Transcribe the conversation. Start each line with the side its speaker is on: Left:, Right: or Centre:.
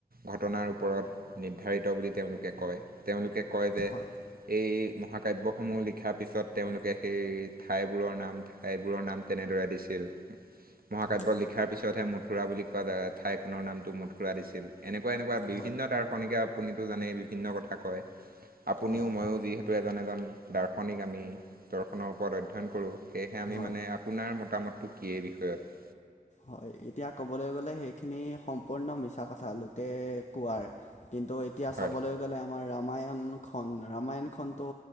Right: ঘটনাৰ ওপৰত নিৰ্ধাৰিত বুলি তেওঁলোকে কয় তেওঁলোকে কয় যে
Left: হয়
Right: এই মহাকাব্যসমূহ লিখাৰ পিছত তেওঁলোকে সেই ঠাইবোৰৰ নাম ঠাইবোৰৰ নাম তেনেদৰে দিছিল। মহাকাব্যত
Left: হয়
Right: লিখাৰ পিছত হে মথুৰা বুলি কোৱা জাগা ঠাইখনৰ নামটো মথুৰা দিছিল। এনেকুৱা এনেকুৱা বিভিন্ন
Left: হয়
Right: দাৰ্শনিকে আপুনিতো জানেই বিভিন্ন কথা কয়। আপুনিও
Left: হয়
Right: ময়ও যিহেতু এজন-এজন দাৰ্শনিক আমি। দৰ্শনৰ ওপৰত অধ্যয়ন কৰো সেয়েহে আমি
Left: হয়
Right: মানে আপোনাৰ মতামতটো কি এই বিষয়ত?
Left: হয় এতিয়া ক'বলৈ গ'লে সেইখিনি সম্পূৰ্ণ মিছা কথা লোকে কোৱাৰ কিন্তু এতিয়া
Right: হয়
Left: চাবলৈ গ'লে আমাৰ ৰামায়ণখন ৰামায়ণখনতো